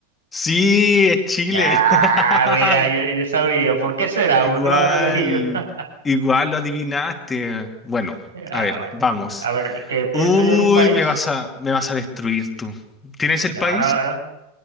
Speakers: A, on the left (about 15°); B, on the right (about 70°).
A: Sí, es Chile.
B: Ah,
A: <laughs>
B: mira, yo, yo sabía. ¿Por qué será?
A: Igual,
B: ¿Por qué lo habrá elegido? <laughs>
A: igual lo adivinaste. Bueno,
B: Ah,
A: a ver,
B: bueno.
A: vamos.
B: A ver, ¿qué pienso
A: Uy,
B: yo en un país?
A: me vas a, me vas a destruir tú. ¿Tienes el
B: No,
A: país?
B: no, no.